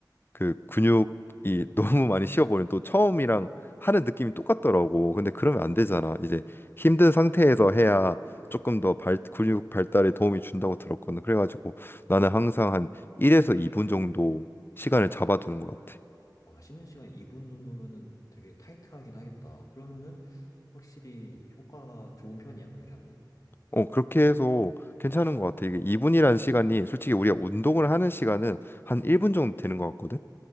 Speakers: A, on the left; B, on the left.
A: 그 근육이 <laughs> 너무 많이 쉬어버리면 또 처음이랑 하는 느낌이 똑같더라고. 근데 그러면 안 되잖아. 이제 힘든 상태에서 해야 조금 더 발, 근육 발달에 도움이 준다고 들었거든. 그래가지고 나는 항상 한 1에서 2분 정도 시간을 잡아두는 것 같아.
B: 와, 쉬는 시간이 2분 정도면은 되게 타이트하긴 하겠다. 그러면은 확실히 효과가 좋은 편이야? 그렇게 하면은?
A: 어, 그렇게 해서 괜찮은 것 같아. 이게 2분이라는 시간이 솔직히 우리가 운동을 하는 시간은 한 1분 정도 되는 것 같거든.